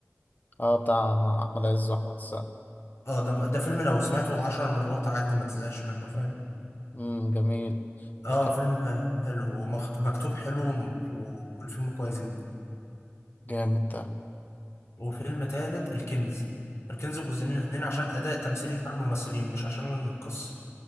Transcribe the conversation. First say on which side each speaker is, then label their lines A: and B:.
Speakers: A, on the left; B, on the left.
A: اه بتاع احمد عز واحمد السقا
B: اه ده ده فيلم لو سمعته عشر مرات عادي ما تزهقش منه فاهم
A: امم جميل
B: اه
A: وكم
B: فيلم آه، حلو ومكتوب حلو و- والفيلم كويس جدا
A: جامد ده
B: وفيلم تالت الكنز الكنز الجزئين الاتنين عشان أداء التمثيلي بتاع الممثلين مش عشان القصة